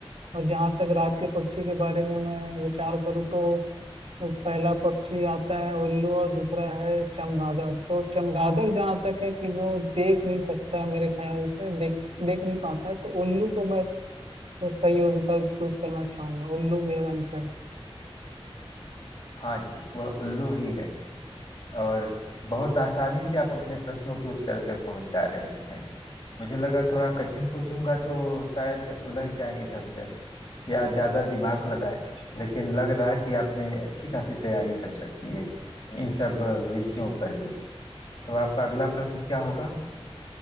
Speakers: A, on the right (about 80°); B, on the left (about 55°).
A: और जहाँ तक रात के पक्षी के बारे में मैं विचार करूँ तो पहला पक्षी आता है उल्लू और दूसरा है चमगादड़ तो चमगादड़ जहाँ तक है कि वो देख नहीं सकता है मेरे ख्याल से देख देख नहीं पाता है तो उल्लू को मैं तो सही विकल्प चूज करना चाहूंगा उल्लू मेरा आंसर
B: हाँ जी वह उल्लू ही है और बहुत आसानी से आप अपने प्रश्नों के उत्तर तक पहुंच जा रहे हैं मुझे लगा थोड़ा कठिन पूछूंगा तो शायद उलझ जाए इधर उधर या ज्यादा दिमाग लगाए लेकिन लग रहा है कि आपने अच्छी खासी तैयारी कर रखी है इन सब अ, विषयों पर भी तो आपका अगला प्रश्न क्या होगा